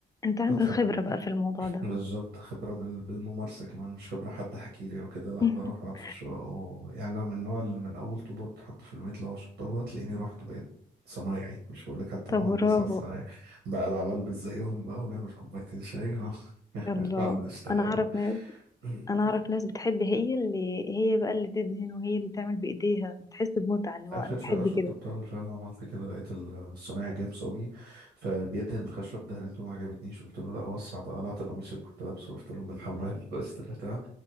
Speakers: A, on the left; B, on the right.
A: انت عندك
B: فتحت
A: خبرة بقى في الموضوع ده
B: بالظبط خبرة بال- بالممارسة كمان مش خبرة حد حكي لي وكده لا
A: <laughs>
B: بروح اقعد في الشقق و... يعني انا من النوع اللي من اول طوبة بتتحط في البيت لو شطبها تلاقيني رحت بقيت صنايعي مش هقول لك حتى
A: طب
B: مهندس
A: برافو
B: على الصنايعي بقى العوال مش زيهم بقى ونعمل كوبايتين شاي ونقعد
A: يلا
B: <laughs> نشتغل
A: انا اعرف
B: بقى
A: ناس
B: <clears throat>
A: انا اعرف ناس بتحب هي اللي هي بقى اللي تدهن وهي اللي تعمل بايديها بتحس بمتعة اللي هو
B: اخر
A: انا بحب
B: شقة شطبتها
A: كده
B: بالفعل عملت كده لقيت الصنايعي جاب صبي فبيدهن الخشب دهنته ما عجبتنيش قلت له لا وسع بقى قلعت القميص اللي كنت لابسه قلت لهم بالحمام <laughs> بس طلعت